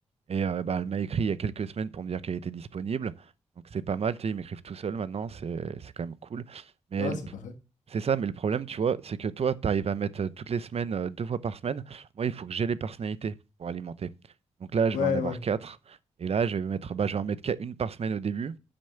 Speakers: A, on the right (about 55°); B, on the left (about 85°).
A: et euh, bah, elle m'a écrit il y a quelques semaines pour me dire qu'elle était disponible. Donc c'est pas mal, tu sais, ils m'écrivent tout seul maintenant, c'est c'est quand même cool. Mais
B: Ah,
A: le-
B: c'est parfait.
A: c'est ça, mais le problème, tu vois, c'est que toi, tu arrives à mettre euh, toutes les semaines, euh, deux fois par semaine. Moi, il faut que j'ai les personnalités pour alimenter. Donc là, je
B: Ouais,
A: vais en avoir
B: ouais.
A: quatre. Et là, je vais mettre, bah, je vais en mettre qu'à une par semaine au début.